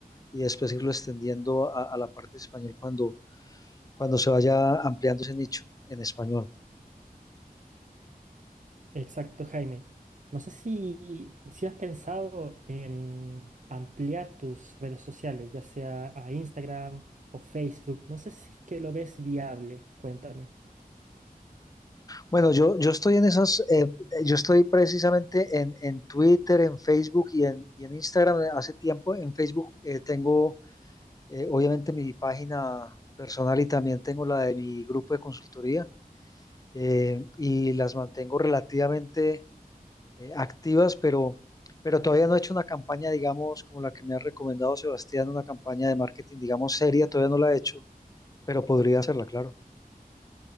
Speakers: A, on the left; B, on the right.
A: y después irlo extendiendo a, a la parte de español cuando, cuando se vaya ampliando ese nicho en español.
B: Exacto, Jaime. No sé si, si has pensado en ampliar tus redes sociales, ya sea a Instagram o Facebook. No sé si es que lo ves viable. Cuéntame.
A: Bueno, yo, yo estoy en esas, eh, yo estoy precisamente en, en Twitter, en Facebook y en, y en Instagram hace tiempo. En Facebook eh, tengo Eh, obviamente mi página personal y también tengo la de mi grupo de consultoría eh, y las mantengo relativamente eh, activas, pero, pero todavía no he hecho una campaña, digamos, como la que me ha recomendado Sebastián, una campaña de marketing, digamos, seria, todavía no la he hecho, pero podría hacerla, claro.